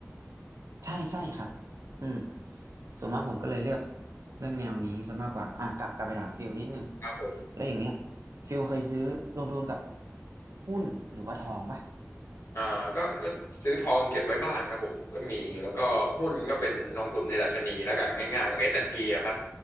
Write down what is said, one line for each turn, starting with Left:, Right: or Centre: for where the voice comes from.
Right: ใช่ใช่ครับอืมส่วนมากผมก็เลยเลือกเรื่องแนวนี้ซะมากกว่าอ่ะกลับกลับไปถามฟิลนิดนึง
Left: ครับผม
Right: แล้วอย่างเงี้ยฟิลเคยซื้อลงทุนกับหุ้นหรือว่าทองปะ
Left: อ่าก็ก็ซื้อทองเก็บไว้บ้างครับผมก็มี แล้วก็หุ้นก็เป็นลงทุนในดัชนีแล้วกันง่ายๆก็ S&P อสแอนด์พีอะครับ